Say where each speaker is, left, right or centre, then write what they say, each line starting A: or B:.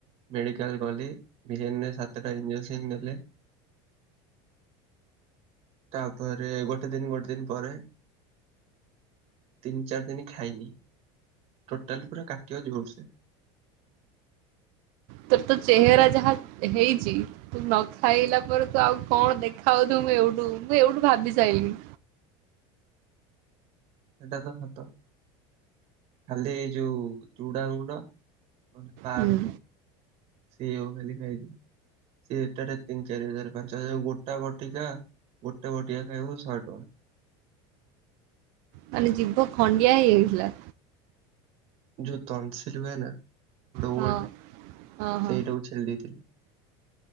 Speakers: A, on the right; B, on the right.
A: ମେଡିକାଲ ଗଲି, ଭେନ୍ ରେ ସାତଟା ଇଞ୍ଜେକ୍ସନ ଦେଲେ। ତାପରେ ଗୋଟେ ଦିନ ଗୋଟେ ଦିନ ପରେ ତିନି ଚାରି ଦିନ ଖାଇନି ଟୋଟାଲି ପୁରା କାଟିବ ଜୋର ସେ।
B: ତୋର ତ ଚେହେରା ଯାହା ହେଇଚି ତୁ ନଖାଇଲା ପରେ ତୁ ଆଉ କଣ ଦେଖାଆଉଥୁବୁ ମୁଁ ଏଇଠୁ ମୁଁ ଏଇଠୁ ଭାବି ସାଇଲିଣି।
A: ସେଇଟା ତ ସତ। ଖାଲି ଏ ଯୋଉ ଚୁଡା ଗୁଣ୍ଡ। ନଲେ ପାଁ
B: ହୁଁ
A: ରୁଟି ସେଇଆ କୁ ଖାଲି ଖାଇଚି। ସେଟାରେ ତିନି ଚାରି ହଜାର ପାଞ୍ଚ ହଜାର ଗୋଟା ବଟିକା ଗୋଟେ ବଟିକା ଖାଇବୁ ସହେ ଟଙ୍କା।
B: ମାନେ ଜୀଭ ଖଣ୍ଡିଆ ହେଇଯାଇଥିଲା।
A: ଯୋଉ ତନସିଲ ହୁଏ ନା ଡୱେଟ୍
B: ହଁ ହଁ ହଁ।
A: ସେଇଟାକୁ ଛେଲି ଦେଇଥିଲି।